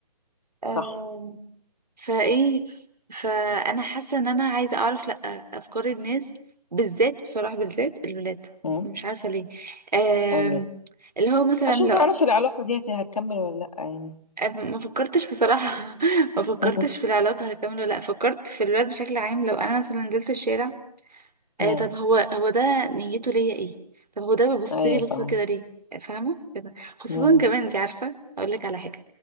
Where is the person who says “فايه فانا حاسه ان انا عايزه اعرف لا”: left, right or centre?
Right